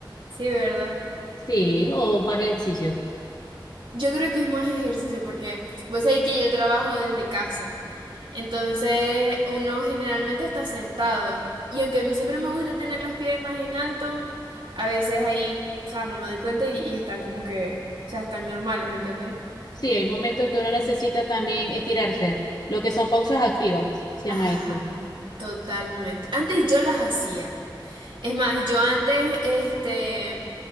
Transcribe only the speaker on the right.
Sí, ¿verdad?
Yo creo que es más ejercicio porque vos sabés que yo trabajo desde casa. Entonces uno generalmente está sentado. Y aunque a mí siempre me gusta tener las piernas en alto, a veces ahí, o sea, no me doy cuenta y, y están como que, o sea, están normales, ¿me entendéis?
Ajá,
totalmente. Antes yo las hacía. Es más, yo antes, este,